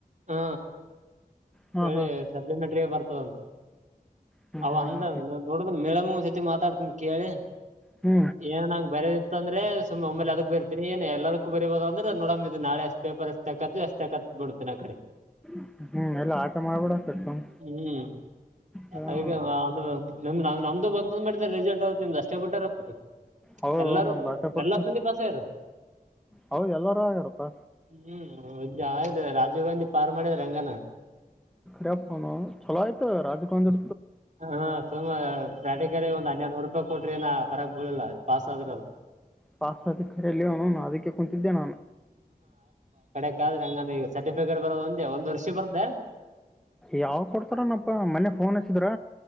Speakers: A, on the right; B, in the centre.
A: ಹಾ
B: ಹಾಂ
A: ಒಳ್ಳೆ
B: ಹಾಂ
A: ಸಪ್ಲಿಮೆಂಟರಿ ಬರ್ತದಂತ
B: ಹ್ಞೂ
A: ಅವ
B: ಹ್ಞೂ
A: ಅಂದ
B: ಹ್ಞೂ
A: ನೋಡ ಮೇಡಮ ಸತಿ ಮಾತಾಡ್ತನ್ಿ ಕೇಳಿ
B: ಹ್ಞೂ
A: ಏನ್ ನಂಗ್ ಬರ್ಯದಿತ್ತು ಅಂದ್ರೆ ಸುಮ್ಮ್ ಒಮ್ಮೇಲೆ ಅದಕ್ ಬರ್ತೀನಿ ಏನ್ ಎಲ್ಲದ ಬರಿೀಬೋದು ಅಂದ್ರೆ ನೋಡಮ ಇದು ನಾಳೆಷ್ಟ ಪೇಪರ್ ಎಷ್ಟ ತಕ ಎಷ್ಟು ತಾಕತ್ ಬಿಡ್ತಿನ ಆ ಕಡೆ
B: ಹ್ಞೂ ಹ್ಞೂ ಎಲ್ಲ ಆಟ ಮಾಡ್ಬಿಡಾಕೆ ಸುಮ್
A: ಹ್ಮ್
B: ಹಾಂ
A: ಅಡಿಕ್ಕೇನ್ ಅದು ನಮ್ ನ್ಮ್ದು ಬಂದ್ ಮಾಡಿದೆ ರಿಸಲ್ಟ್ ಅವತ್ ನಿಮ್ ಅಷ್ಟೇ ಬಿಟ್ಟರತದೆ
B: ಹೌದು
A: ಎಲ್ಲಾರೂ
B: ನಮ್ಮ ಭಾಷೆ ಪುಟ್ರು
A: ಬೆಲ್ಲತನೀ ಪಸಾರ
B: ಹೌದು ಎಲ್ಲರೂ ಆಗ್ಯಾರಪ್ಪ
A: ಹ್ಮ್ ಜಾಯ ರಾಜೀವ್ ಗಾಂಧಿ ಪಾರ್ ಮಾಡಿದ್ರೆ ಅಂಗನ
B: ರೋನು ಚಲೋ ಆಯ್ತ ರಾಜೀವ್ ಗಾಂಧಿ
A: ಹಾ ಸು ಬ್ಯಾಟಿಕಾರಿ ಒಂದ ಹನ್ನರ್ನೂರು ರೂಪಾಯಿ ಕೊಟ್ರ ಏ ಪರಕ್ ಬ ಬಿಳಿಲ್ಲ ಪಾಸ್ ಆದ್ರ ಅವರು
B: ಪಾಸತಿ ಕಖರೆಯಲ್ಲಿ ಅದಕ್ಕೆ ಕುಂತಿದ್ದೆ ನಾನು
A: ಯ್ರೆ ಹಂಗಂದ್ರ ಈ ಸರ್ಟಿಫಿಕೇಟ್ ಬರದ ಒಂದ ಒಂದ್ ವರ್ಷ ಬರ್ದ
B: ಯಾವ ಕೊಡ್ತಾರನಪ್ಪ ಮನೆ ಫೋನ್ ಹಚ್ಚಿದ್ರ